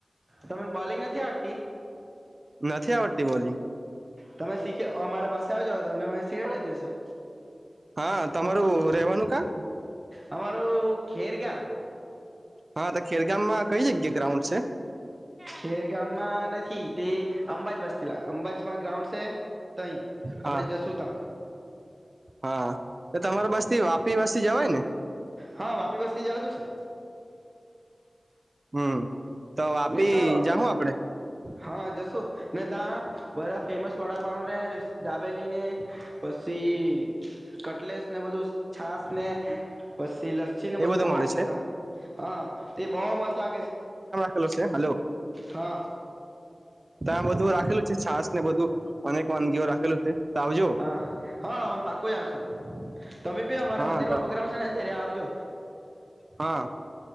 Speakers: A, on the right; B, on the right.
A: તમને બોલિંગ નથી આવડતી
B: નથી આવડતી બોલિંગ.
A: તમે શીખ અમારા પાસે આવજો તમને અમે સિખાવી દઈશું.
B: હા તમારું રહેેવાનું કા?
A: આમારું ખેરગામ.
B: હા તો ખેરગામમાં કઈ જગ્યા ગ્રાઉન્ડ છે?
A: ખેર ગામમાં નથી તે, અંબાજ બસલા અંબાજ ગ્રાઉન્ડ છે, તહી
B: હા
A: આપડે જશું ત.
B: હા તો તમારા વાપી વાથી જવાય ને?
A: હા વાપી બસતી જ આવ તું છે.
B: હમ. તો વાપી
A: નહી તો
B: જાહું આપડે
A: હા જશુ. ને ત્યાં બધા ફેમસ વડાપને ડાબેલીને, પછી કટલેસ ને બધું છાસ ને પી તે લસ્સી ને
B: એ
A: બધું બોસે
B: મળે છે
A: ત હા તે બહ મસ્ત લાગે છે.
B: હલો છે. હલો
A: હા
B: બધું રાખેલું છે. છાશ ને બધું અનેક વાનગીઓ રાખેલું છે. તો આવજો
A: હા, હા અમે પાકું આવશું. તમે બી અમારા
B: હા
A: મંદિર માં પ્રોગ્રામ છે ને ત્યારે જો.
B: હા,